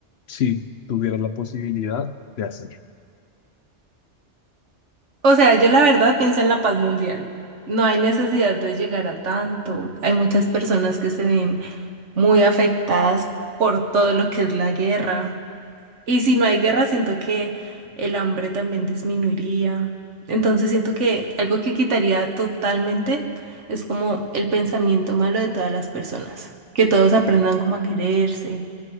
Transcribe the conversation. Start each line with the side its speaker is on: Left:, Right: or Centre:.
Left: si tuvieras la posibilidad de hacerlo?
Right: O sea, yo la verdad pienso en la paz mundial. No hay necesidad de llegar a tanto. Hay muchas personas que se ven muy afectadas por todo lo que es la guerra. Y si no hay guerra, siento que el hambre también disminuiría. Entonces siento que algo que quitaría totalmente es como el pensamiento malo de todas las personas. Que todos aprendan como a quererse,